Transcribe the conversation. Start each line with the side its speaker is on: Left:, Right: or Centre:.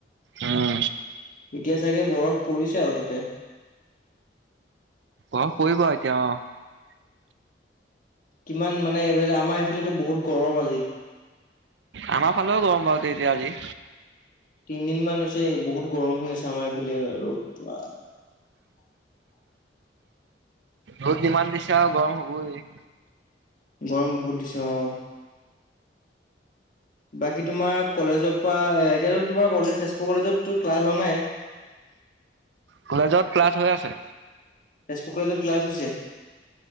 Right: উম
Left: <inaudible> এতিয়া চাগে বৰফ পৰিছে আৰু তাতে।
Right: গৰম পৰিব এতিয়া, অ
Left: কিমান মানে, এইফালে, আমাৰ এইফালেটো বহুত গৰম আাজি।
Right: আমাৰ ফালেও গৰম বাৰু, তেন্তে আজি।
Left: তিনদিন মান হৈছে। বহুত গৰম হৈ আছে আমাৰ এইফালে আৰু পুৱা।
Right: ৰ'দ কিমান দিছ এতিয়া আৰু গৰম হ'বই।
Left: গৰম বহুত দিছে, অ বাকী, তোমাৰ কলেজৰ পৰা। এতিয়াতো তোমাৰ কলেজ, তেজপুৰ কলেজতটো ক্লাছ হোৱা নাই।
Right: কলেজত ক্লাছ হৈ আছে?
Left: তেজপুৰ কলেজত ক্লাছ হৈছে।